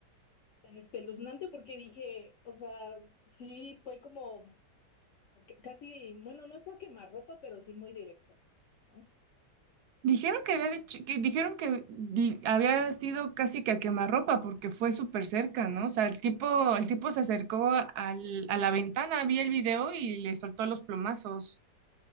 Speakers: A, on the left; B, on the right.
A: tan espeluznante porque dije, o sea, sí fue como a que- casi, bueno, no es a quemarropa, pero sí muy directo, ¿no?
B: Dijeron que había dicho, que dijeron que di- había sido casi que a quemarropa porque fue súper cerca, ¿no? O sea, el tipo, el tipo se acercó a, al- a la ventana, vi el video y le soltó los plomazos.